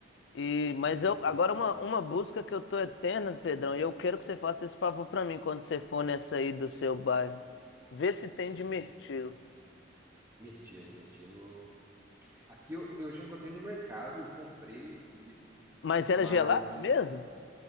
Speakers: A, on the left; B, on the right.
A: E mas
B: Hum,
A: eu agora uma, uma busca que eu tô eterna, Pedrão, e eu quero que você faça esse favor pra mim quando você for nessa aí do seu bairro. Vê se tem de
B: hum.
A: mirtilo.
B: Mirtilo, mirtilo. Aqui eu, eu já encontrei no mercado, eu comprei, inclusive,
A: Mas era
B: mas.
A: gelato mesmo?